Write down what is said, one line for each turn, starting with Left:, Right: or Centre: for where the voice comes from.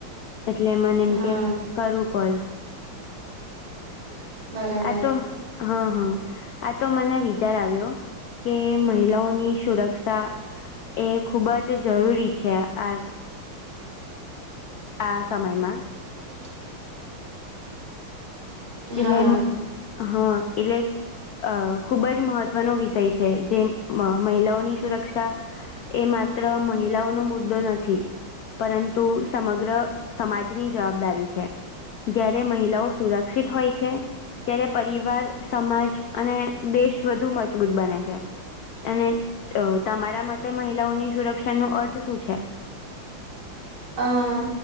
Left: એટલે મને એમ
Right: હા
Left: કે કરું કોલ.
Right: બરાબર
Left: આ તો હા હા આ તો મને વિચાર આવ્યો કે મહિલાઓની સુરક્ષા એ ખુબ જ જરૂરી છે આ આ સમયમાં.
Right: <inaudible>
Left: એટલે
Right: હા
Left: હા એટલે અ ખૂબ જ મહત્વનો વિષય છે જે મહિલાઓની સુરક્ષા એ માત્ર મહિલાઓનો મુદ્દો નથી. પરંતુ સમગ્ર સમાજની જવાબદારી છે જ્યારે મહિલાઓ સુરક્ષ વિકસિત હોય છે ત્યારે પરિવાર સમાજ અને દેશ વધુ મજબૂત બને છે. અને તમારા મતે મહિલાઓની સુરક્ષાનો અર્થ શું છે?
Right: અ-